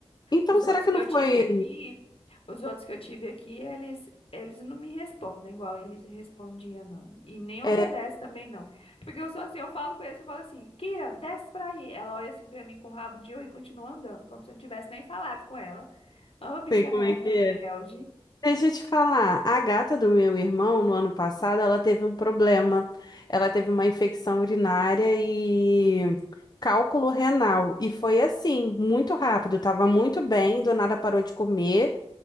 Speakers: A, on the left; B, on the left.
A: Então,
B: Os
A: será
B: outros
A: que
B: que
A: não
B: eu
A: foi.
B: tive aqui, os outros que eu tive aqui, eles, eles não me respondem igual eles respondiam, não. E nem obedece
A: é,
B: também, não. Porque eu sou assim, eu falo com eles, eu falo assim, Kira, desce pra aí. Ela olha assim pra mim com o rabo de oi e continua andando, como se eu não tivesse nem falado com ela. Ô, bicha
A: Sei como
B: re-
A: é
B: rebelde.
A: que é. Deixa eu te falar, a gata do meu irmão, no ano passado, ela teve um problema. Ela teve uma infecção urinária e cálculo renal. E foi assim, muito rápido. Tava muito bem, do nada parou de comer.